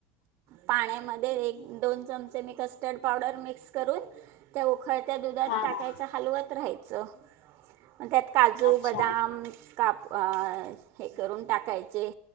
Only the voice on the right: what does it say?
पाण्यामध्ये एक दोन चमचे मी कस्टर्ड पावडर मिक्स करून त्या उकळत्या दुधात
टाकायच
हलवत राहायचं मं त्यात काजू,
ब दाम काप हे करून टाकायचे